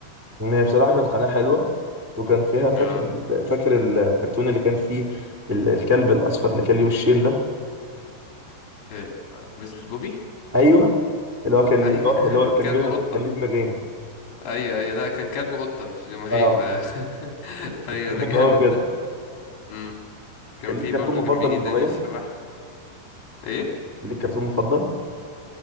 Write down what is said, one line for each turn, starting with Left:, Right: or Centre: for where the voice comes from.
Right: ان هي بصراحه كانت قناه حلوه وكان فيها فاكر
Left: اه
Right: فاكر ال- الكرتون اللي كان فيه ال- الكلب الاصفر اللي كان ليه وشين ده
Left: إيه، بس بس بوبي
Right: ايوه اللي هو كان
Left: ايوه
Right: اللي هو كان اللي هو كان
Left: <laughs> كلب
Right: بينا-
Left: وقطة
Right: كان ليه دماغين
Left: ايوه ايوه لا كان كلب وقطة مش دماغين
Right: اه
Left: ده <laughs>
Right: كنت
Left: ايوه
Right: بحبه
Left: ده جامد
Right: قوي بجد
Left: ده امم كان
Right: كان
Left: في
Right: ليك كرتون
Left: برضو
Right: مفضل
Left: كان بيجي
Right: وانت
Left: داني
Right: صغير
Left: الشبح ايه
Right: كان ليك كرتون مفضل